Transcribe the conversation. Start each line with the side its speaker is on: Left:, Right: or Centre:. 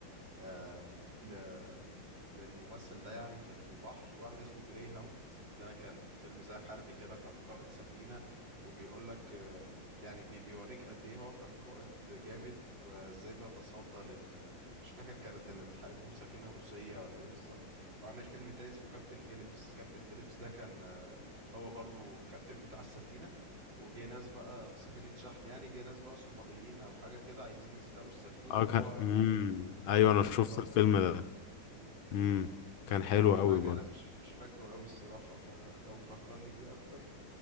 Right: آه ل... للممثل ده يعني في في البحر واحد اسمه جراي هاوند ده كان فيلم زي حربي كده كان قائد سفينة وبيقول لك يعني بي بيوريك قد ايه هو كان قائد جامد وازاي بيتصدى لل مش فاكر كانت اللي بتحاربهم سفينة روسية ولا ايه بالظبط وعمل فيلم تاني اسمه كابتن فيليبس كابتن فيليبس ده كان آه، هو برضو كابتن بتاع السفينة وجه ناس بقى سفينة شحن يعني جه ناس بقى صوماليين او حاجة كده عايزين يسرقوا السفينة
Left: اه
Right: وهو
Left: كان امم
Right: كان
Left: ايوه
Right: بيتصدى
Left: انا شفت
Right: لهم
Left: الفيلم ده
Right: مم.
Left: امم كان
Right: فاكر
Left: حلو
Right: منه حاجة
Left: قوي برضه
Right: أنا مش مش فاكره أوي الصراحة فلو تفكرني بيه أكتر